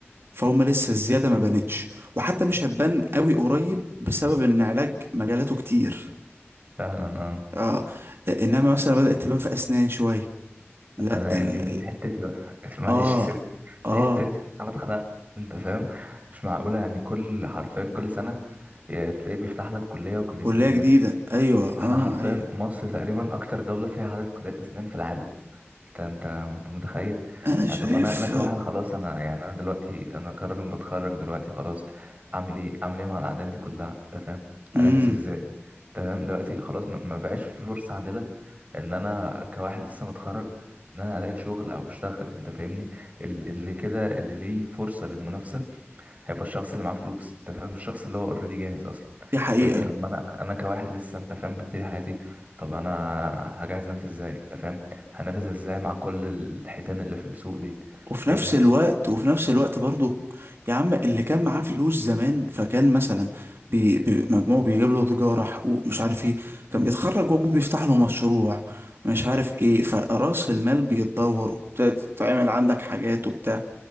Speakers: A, on the right; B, on the right.
A: فهم لسه الزيادة ما بانتش وحتى مش هتبان قوي قريب بسبب ان علاج مجالاته كتير
B: فعلا اه
A: اه انما مثلا بدأت تبان في اسنان شوية لا
B: آه،
A: ده
B: يعني
A: ال... ال-
B: دي حتتي بقى <laughs> معلش
A: اه
B: سيبني
A: اه
B: دي حتتي انا اتخنقت انت فاهم مش معقوله يعني كل حرفيا كل سنه ي- تلاقيه بيفتح لك كليه وكليتين
A: كلية
B: زياده
A: جديدة ايوه اه
B: احنا حرفيا
A: ايوه
B: مصر تقريبا اكتر دوله فيها عدد كليات اسنان في العالم انت انت انت متخيل
A: انا شايف
B: يعني طب انا انا كواحد
A: <clears throat>
B: خلاص انا يعني انا دلوقتي انا كراجل بتخرج دلوقتي خلاص اعمل ايه اعمل ايه مع الاعداد دي كلها انت فاهم
A: امم
B: انافس ازاي انت فاهم دلوقتي خلاص ما ما بقاش في فرصة عادلة ان انا كواحد لسه متخرج ان انا الاقي شغل او اشتغل انت فاهمني ال- اللي كده اللي ليه فرصة للمنافسة هيبقى الشخص اللي معاه فلوس انت فاهم الشخص اللي هو اوريدي جاهز اصلا
A: دي حقيقة
B: فاهمني اما انا انا كواحد لسه انت فاهم ببتدي حياتي طب انا هجهز نفسي ازاي انت فاهم هنافسها ازاي مع كل الحيتان اللي في السوق دي
A: وفي
B: فاهمني
A: نفس الوقت وفي نفس الوقت برضه يا عم اللي كان معاه فلوس زمان فكان مثلا بي بي مجموعه بيجيب له تجارة حقوق مش عارف ايه كان بيتخرج وابوه بيفتح له مشروع مش عارف ايه فرأس المال بيتدور وبت- تعمل عندك حاجات وبتاع